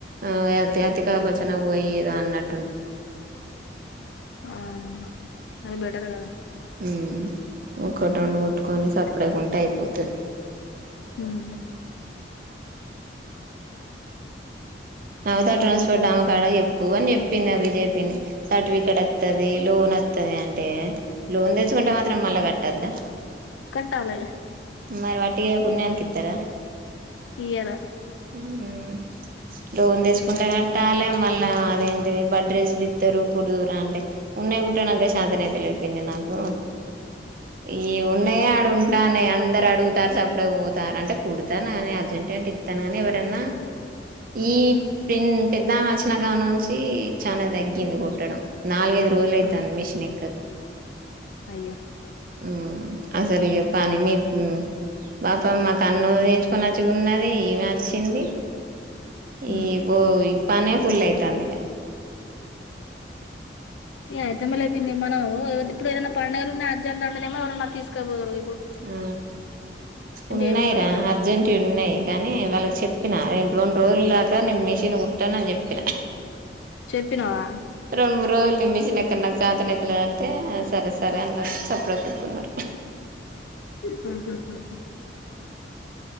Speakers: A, on the right; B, on the left.
A: అ అతి అతి కాపచనా పోయ్యేదా అన్నట్ట్
B: ఆ అది బెటర్ గద
A: ఊమ్ ఒక్క <inaudible> ట్కొని సప్పుడేకుంటే
B: ఇట్లా
A: అయిపో త్
B: ఉమ్మ్
A: అవత ట్రాన్స్పోర్ట్ ఆమె కాడ ఎప్పు అని చెప్పింది ఆ విజేయ్ పిన్ని సర్టిఫికేట్ వత్తది లోన్ వత్ త్తది అంటే లోన్ దె <inaudible> కుంటే మాత్రం మళ్ళ కట్టద్దా
B: కట్టాలే
A: మరి వట్టిగా పుణ్యానికిత్తారా
B: ఇయ్యలా
A: మ్మ్ ఊ లోన్ తెచ్చుకుంటే కట్టాలి మళ్ లా అదేంటిది బడ్ రేస్లు ఇత్తరు కుడుదువురా అంటే ఉన్నాయి కుట్టానాకే షాతనైతలేదు పిన్ని నాకు ఈ ఉన్నాయా ఆడ ఉన్ డానే అందరు అడుగుతారు సప్పుడువుతారు అంటే కుడతా నానే అర్జెంట్‌ అంటే ఇత్తనానే ఎవరన్నా ఈ ప్రిన్ పెద్దమె వచ్చినకాడ నుంచి చానా తగ్గింది కుట్టడం నాలుగైదు రోజలయితాంది
B: ఆహా
A: మిషన్ ఎక్కక
B: అయ్యో
A: ఉమ్ అసలు ఇగ పని మీ మ్మ్ పాపం మాకు <inaudible> వచ్చికున్నది ఈమ వచ్చింది
B: హ్మ్
A: ఈ బో ఈ పనే ఫుల్అయితాందిక
B: అ అయితే మల ఎ ఇన్ని మనం ఇప్పుడు ఏదైనా పండుగలు ఉన్నా అర్జెంట్ అంటేనేమో ఎవరైన్నా తీసుకపోరు
A: ఆ ఉన్నాయిరా
B: ఏమి ఉండవు కదా
A: అర్జెంట్వి ఉన్నాయి కానీ వాళ్ళకి చెప్పిన రెండు రొండు రోజుల దాకా నేను మిషిన్ కుట్టను అని చెప్పినా
B: చెప్పినావా
A: రెండు మూడు రోజులు నేను మిషనెక్కను నాకు చాతనాయితలే అంటే సరే సరే అన్నారు సప్పుడు కూకున్నారు
B: ఉహు హు హు మ్